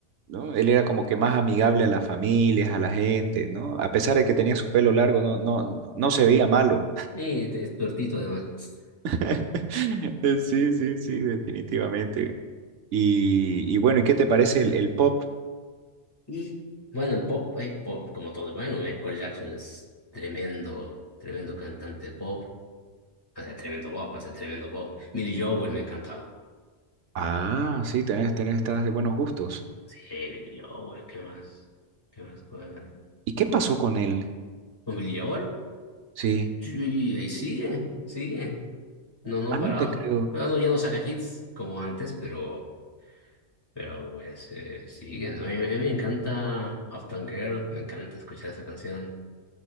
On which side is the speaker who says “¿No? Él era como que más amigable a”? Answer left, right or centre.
Right